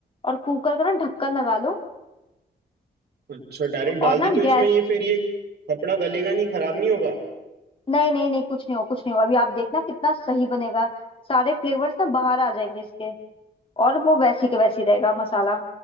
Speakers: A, on the left; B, on the right.
A: और कुकर का ना ढक्कन लगा लो
B: अच्छा डायरेक्ट डाल
A: और ना
B: दे तो इसमें
A: गैस
B: ये फिर ये कपड़ा गलेगा नहीं खराब नहीं होगा
A: नहीं नहीं नहीं कुछ नहीं हो कुछ नहीं हो अभी आप देखना कितना सही बनेगा सारे फ्लेवर्स ना बाहर आ जाएंगे इसके और वो वैसी के वैसी रहेगा मसाला